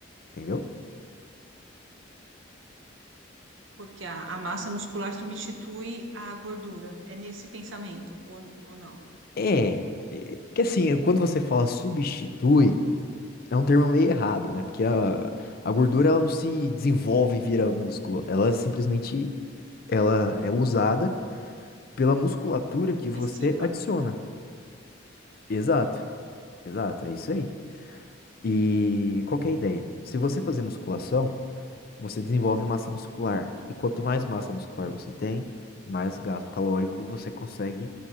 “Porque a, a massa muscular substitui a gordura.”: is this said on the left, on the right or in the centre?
Right